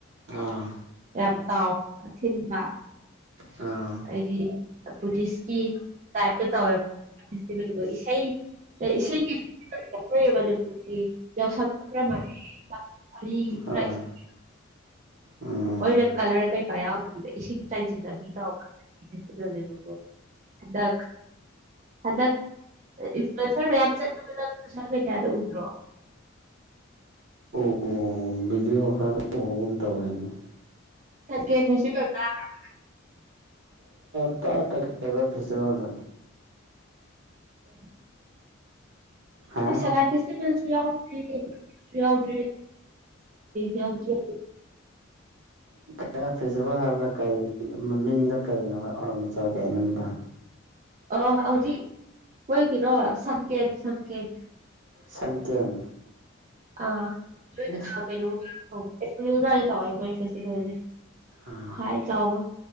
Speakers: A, on the right; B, on the right.
A: ꯑꯥ
B: ꯌꯥꯝ ꯆꯥꯎꯅ ꯑꯊꯤꯟꯕ
A: ꯑꯥ
B: ꯍꯥꯏꯗꯤ ꯕꯨꯙꯤꯁꯀꯤ ꯇꯥꯏꯞꯇ ꯇꯧꯋꯦꯕ ꯐꯦꯁꯇꯤꯚꯦꯜꯗꯣ ꯏꯁꯩ ꯏꯁꯤꯡꯒꯤ ꯐꯦꯁꯇꯤꯕꯦꯜ ꯑꯈꯣꯏ ꯃꯅꯤꯄꯨꯔꯒꯤ ꯌꯥꯎꯁꯪꯒ ꯈꯔ ꯃꯥꯥꯟꯅꯩꯌꯦ
A: ꯑꯥ
B: <unintelligible>
A: ꯎꯝ
B: ꯃꯣꯏꯅ ꯀꯂꯔ ꯀꯩꯀꯥ ꯌꯥꯎꯗꯕꯤꯗ ꯏꯁꯤꯡ ꯆꯥꯏꯖꯤꯟꯅꯕꯤ ꯇꯧꯕ ꯐꯦꯁꯇꯤꯚꯦꯜ ꯅꯦꯕꯀꯣ ꯍꯟꯗꯛ ꯍꯟꯗꯛ ꯏꯅꯐꯨꯌꯦꯟꯁꯔ ꯃꯌꯥꯝ ꯆꯠꯄꯗꯨ ꯅꯪ ꯁꯣꯁꯦꯜ ꯃꯦꯗꯤꯌꯥꯗ ꯎꯗ꯭ꯔꯣ
A: <unintelligible> ꯎꯕꯒꯨꯝ ꯇꯧꯋꯦꯅ
B: <unintelligible>
A: <unintelligible> ꯀꯂꯔ ꯐꯦꯁꯇꯤꯚꯦꯜꯗꯣ
B: <inaudible>
A: ꯍꯥ
B: ꯅꯣꯏ ꯁꯉꯥꯏ ꯐꯦꯁꯇꯤꯚꯦꯜꯁꯨ ꯌꯥꯎꯗ꯭ꯔꯤ ꯌꯥꯎꯗ꯭ꯔꯤ ꯌꯥꯎꯗ꯭ꯔꯤ
A: ꯉꯔꯥꯡ ꯐꯦꯁꯇꯤꯚꯦꯜ ꯍꯥꯏꯕꯗ ꯀꯩ ꯃꯃꯤꯡꯗꯣ ꯀꯩꯅꯣ ꯑꯣꯔꯣꯅꯆꯔ ꯀꯩꯅꯣ ꯍꯥꯏꯕꯗꯣ
B: ꯑ ꯍꯧꯖꯤꯛ ꯃꯣꯏꯒꯤꯅꯣ ꯁꯪꯀꯦꯠ ꯁꯪꯀꯦꯠ
A: ꯁꯟꯀꯦꯝ
B: ꯑ
A: ꯑꯁ
B: ꯀꯩꯅꯣ ꯑꯦꯄ꯭ꯔꯤꯜ ꯑꯗꯨꯋꯥꯏꯗ ꯇꯧꯋꯦ ꯃꯣꯏ ꯐꯦꯁꯇꯤꯚꯦꯜꯁꯦ
A: ꯑꯥ
B: ꯈ꯭ꯋꯥꯏ ꯆꯥꯎꯕ